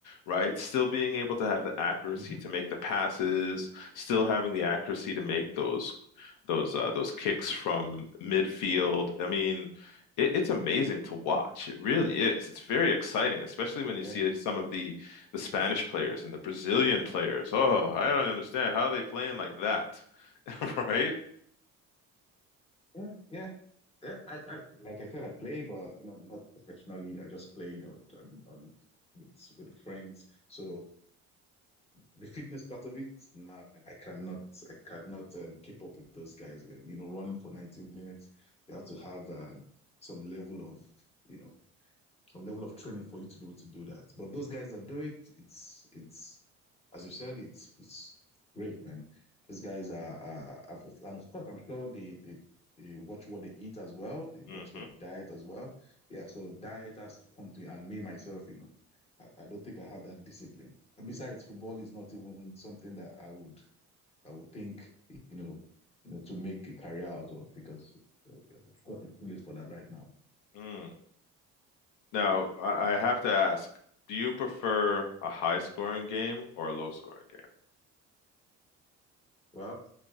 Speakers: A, on the left; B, on the left.
A: right? Still being able to have the accuracy
B: hmm
A: to make the passes, still having the accuracy to make those those uh, those kicks from midfield. I mean, it, it's amazing to watch. It really is. It's very exciting, especially when you
B: yeah
A: see some of the the Spanish players and the Brazilian players. Oh, I don't understand how are they playing like that, <laughs> right?
B: Yeah, yeah, yeah. I, I like I said, I play, but you know, not professionally. I just play, you know, on, on with with friends. So the fitness part of it, nah, man, I cannot, I cannot um, keep up with those guys, man. You know, running for 90 minutes, you have to have um, some level of, you know, some level of training for you to be able to do that. But those guys that do it, it's it's as you said, it's it's great, man. These guys are, are, are and of course, I'm sure they, they they watch what they eat as well. They watch
A: hmm
B: their diet as well. Yeah, so diet has to come to you. And me myself, you know, I, I don't think I have that discipline. And besides, football is not even something that I would I would think you know you know to make a career out of because uh, of course it's too late for that right now.
A: Mm. Now, I I have to ask, do you prefer a high scoring game or a low scoring
B: Well,